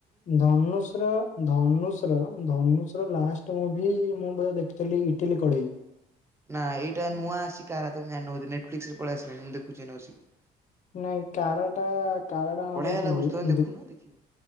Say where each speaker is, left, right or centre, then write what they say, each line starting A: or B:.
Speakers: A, on the left (about 45°); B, on the right (about 15°).
A: ଧନୁଷର ଧନୁଷର ଧନୁଷ ଲାଷ୍ଟ ମୁଭି ମୁଁ ବ ଦେଖିଥିଲି ଇଟିଲି କଡେଇ।
B: ନା ଏଇଟା ନୂଆ ଆସିଛି କାରା ତମେ ଜାନିଣ ବୋଧେ ନେଟ ଫ୍ଲିକ୍ସ ରେ ପଳେଇ ଆସିଲାଣି ମୁଁ ଦେଖୁଛିି ଏଇନେ ବସିକି।
A: ନାଇଁ କାରାଟା କାରାଟା ହଁ
B: ବଢିଆ
A: ଦେଖିବି
B: ଲାଗୁଛି ତମେ ଦେଖୁନ
A: ଦିପ
B: ଦେଖିବ